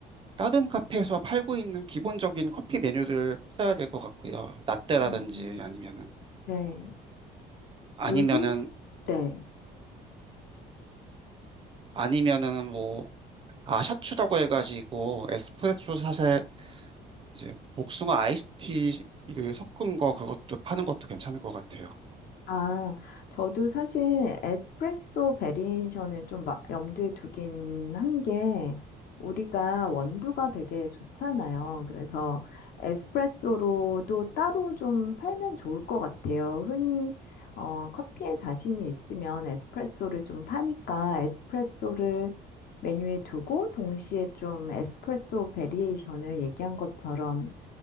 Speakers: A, on the right (about 30°); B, on the left (about 65°).
A: 다른 카페에서 팔고 있는 기본적인 커피 메뉴들을 팔아야 될 것 같고요. 라떼라든지
B: 음.
A: 아니면은
B: 네.
A: 아니면은
B: 요즘, 네.
A: 아니면은 뭐 아, 샤추라고 해가지고 에스프레소 샷에 이제 복숭아 아이스티를 섞은 거 그것도 파는 것도 괜찮을 것 같아요.
B: 아, 저도 사실 에스프레소 베리에이션을 좀 마- 염두에 두긴 한 게, 우리가 원두가 되게 좋잖아요. 그래서 에스프레소로도 따로 좀 팔면 좋을 것 같아요. 흔히 어, 커피에 자신이 있으면 에스프레소를 좀 파니까 에스프레소를 메뉴에 두고 동시에 좀 에스프레소 베리에이션을 얘기한 것처럼